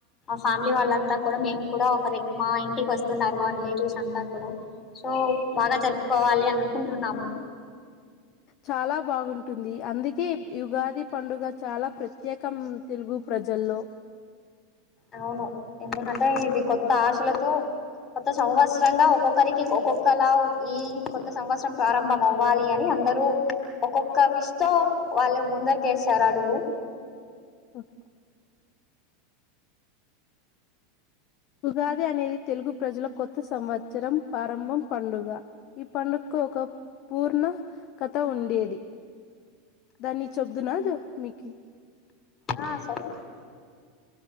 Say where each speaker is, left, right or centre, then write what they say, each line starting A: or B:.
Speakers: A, on the left; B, on the left.
A: ఫ్యామిలీ వాళ్ళంతా కూడా మేము కూడా మా ఇంటికి వస్తున్నారు మా రిలేటివ్స్ అంతా కూడా సో బాగా జరుపుకోవాలి అని అనుకుంటున్నాము
B: చాలా బాగుంటుంది అందుకే ఉగాది పండుగ చాలా ప్రత్యేకం తెలుగు ప్రజల్లో
A: అవును ఎందుకంటే ఇది కొత్త ఆశలతో కొత్త సంవత్సరంగా ఒక్కొక్కరికి ఒక్కొక్కలా ఈ కొత్త సంవత్సరం ప్రారంభం అవ్వాలి అని అందరూ ఒక్కొక్క విష్ తో వాళ్ళు ముందరికి వేశారు అడుగు
B: హ్మ్ ఉగాది అనేది తెలుగు ప్రజల కొత్త సంవత్సరం ప్రారంభం పండుగ ఈ పండుగకు ఒక పూర్ణ కథ ఉండేది దాన్ని చబ్దు నాజ మీకి
A: ఆ సరే